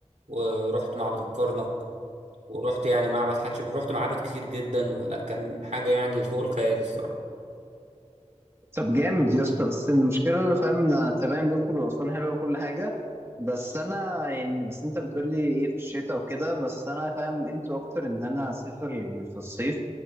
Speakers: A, on the right (about 80°); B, on the right (about 20°).
A: ورحت معبد الكرنك ورحت يعني معبد حتشبسوت رحت معابد كتير جدا ولا كان حاجة يعني فوق الخيال الصراحة
B: طب جامد يا اسطى بس المشكله اللي فاهم إن انا تمام بكر واسوان حلوه وكل حاجه بس انا يعني بس انت بتقول لي ايه في الشتاء وكده بس انا فاهم انتوا اكتر ان انا اسافر في الصيف